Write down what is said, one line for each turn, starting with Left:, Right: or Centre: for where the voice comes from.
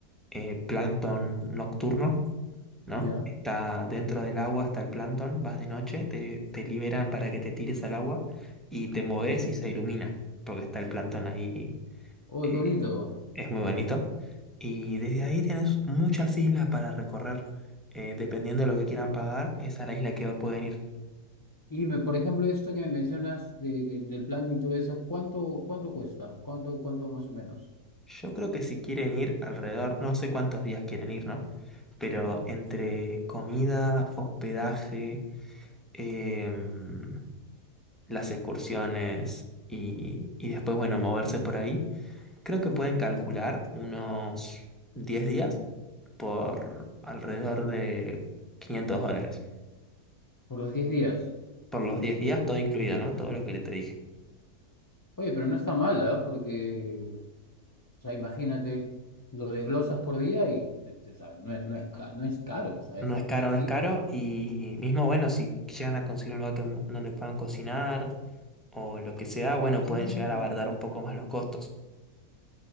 Centre: eh, plancton nocturno, ¿no?
Left: ¿Ya?
Centre: Está dentro del agua, está el plancton, vas de noche, te, te liberan para que te tires al agua y te moves
Left: Ah, mira.
Centre: y se ilumina, porque está el plancton ahí
Left: Uy,
Centre: eh,
Left: qué bonito.
Centre: es muy bonito. Y desde ahí tenés muchas islas para recorrer. Eh, dependiendo de lo que quieran pagar, es a la isla que pueden ir.
Left: Y dime, por ejemplo, esto que me mencionas de- de- del plan y todo eso, ¿cuánto, cuánto cuesta? ¿Cuánto, cuánto más o menos?
Centre: Yo creo que si quieren ir alrededor, no sé cuántos días quieren ir, ¿no? Pero entre comida, hospedaje, em, las excursiones y, y después, bueno, moverse por ahí, creo que pueden calcular unos 10 días por alrededor de 500 dólares.
Left: Por los 10 días.
Centre: por los 10 días, todo incluido, ¿no? Todo lo que le te dije.
Left: Oye, pero no está mal, ¿ah? Porque O sea, imagínate, lo desglosas por día y te- te- o sea, no es, no es, ca- no es caro, o sea,
Centre: No
Left: es accesible.
Centre: es caro, no es caro. Y mismo, bueno, si llegan a conseguir un lugar con- donde puedan cocinar o lo que sea, bueno, pueden
Left: Mm,
Centre: llegar a abaratar un poco más los costos.